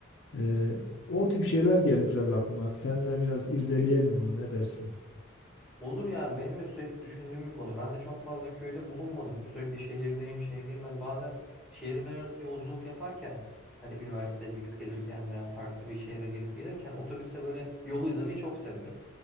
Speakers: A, on the left (about 55°); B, in the centre.
A: Ee, o tip şeyler geldi biraz aklıma. Seninle biraz irdeleyelim bunu ne dersin?
B: Olur yani benim de sürekli düşündüğüm bir konu. Ben de çok fazla köyde bulunmadım. Sürekli şehirdeyim, şehirdeyim. Yani bazen şehirler arası yolculuk yaparken hani üniversiteye gidip gelirken veya farklı bir şehre gidip gelirken otobüste böyle yolu izlemeyi çok severim.